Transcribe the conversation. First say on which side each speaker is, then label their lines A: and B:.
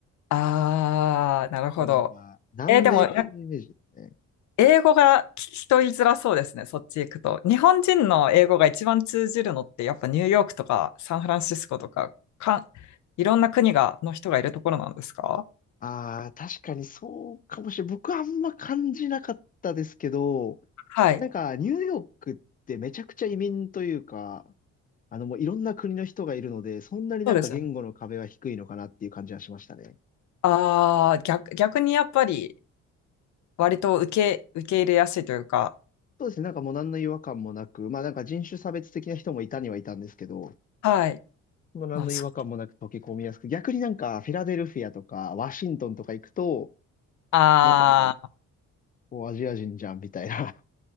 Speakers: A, on the left; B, on the left.
A: ああ、なるほど。
B: そのなんか南米系のイメージですね。
A: え、でも、や英語が聞き取りづらそうですね。そっち行くと。日本人の英語が一番通じるのって、やっぱニューヨークとかサンフランシスコとか、かん、いろんな国が、の人がいるところなんですか
B: ああ、確かにそうかもしれない。僕はあんま感じなかったですけど、
A: はい。
B: なんかニューヨークってめちゃくちゃ移民というか、あのもういろんな国の人がいるので、そんなになんか言語の壁は低いのかなっていう感じはしましたね。
A: そうですよねああ、逆、逆にやっぱり、割と受け、受け入れやすいというか、
B: そうですね。なんかもう何の違和感もなく、まあなんか人種差別的な人もいたにはいたんですけど、
A: はい。
B: もう何の違和感もなく溶け込みやすく、
A: まあ、そ、
B: 逆になんかフィラデルフィアとかワシントンとか行くと、
A: ああ、
B: なんかまあ、もうアジア人じゃんみたいな。